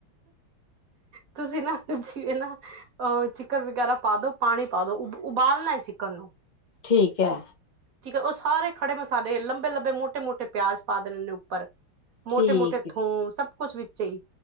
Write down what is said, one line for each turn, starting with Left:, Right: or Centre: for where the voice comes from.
Right: ਤੁਸੀਂ ਨਾ ਜੀਵੇ ਨਾ ਅਹ ਚਿਕਨ ਵਗੈਰਾ ਪਾ ਦੋ ਪਾਣੀ ਪਾ ਦੋ ਉਬਾਲਣਾ ਹੈ ਚਿਕਨ ਨੂੰ
Left: ਠੀਕ ਹੈ।
Right: ਠੀਕ ਉਹ ਸਾਰੇ ਖੜੇ ਮਸਾਲੇ ਲੰਬੇ- ਲੰਬੇ, ਮੋਟੇ -ਮੋਟੇ ਪਿਆਜ ਪਾ ਦੇ ਨੇ ਉੱਪਰ ਮੋਟੇ-
Left: ਠੀਕ
Right: ਮੋਟੇ
Left: ਹੈ
Right: ਥੋਮ ਸਭ ਕੁਛ ਵਿੱਚ ਹੀ